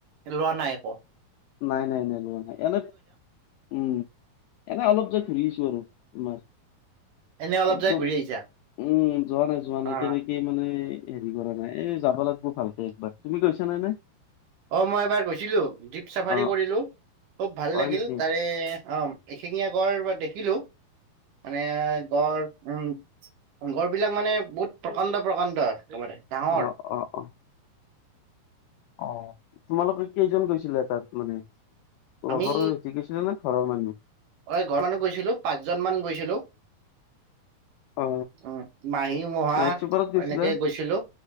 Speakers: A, on the right; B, on the left.
A: লোৱা নাই একো?
B: নাই নাই নাই লোৱা নাই। এনেপ উম, এনে অলপ যে ঘুৰি আহিছো, আৰু তোমাৰ
A: এনে অলপ
B: একদম
A: যাই ঘূৰি আহিছা।
B: উম, যোৱা নাই, যোৱা
A: অ
B: নাই তেনেকেই মানে। হেৰি কৰা নাই, এই যাব লাগিব ভালকে একবাৰ। তুমি গৈছা না নাই?
A: অ মই এবাৰ গৈছিলোঁ জীপ চাফাৰী
B: অ
A: কৰিলোঁ খুব ভাল
B: হয়
A: লাগিল।
B: নেকি
A: তাৰে অ এখিঙীয়া গড় বা দেখিলো। মানে গড় উম, গড় বিলাক মানে বহুত প্ৰকাণ্ড প্ৰকাণ্ড একেবাৰে। ডাঙৰ
B: অ অ অ। অ তোমালোকৰ কেইজন গৈছিলা তাত মানে?
A: আমি
B: লগৰৰ হেটি গৈছিলা নে ঘৰৰ মানুহ?
A: ঐ ঘৰ মানুহ গৈছিলো, পাঁচজন মান গৈছিলো।
B: অ
A: উম, মাহী মহা
B: নাইট চুপাৰত গৈছিলা
A: এনেকে গৈছিলো।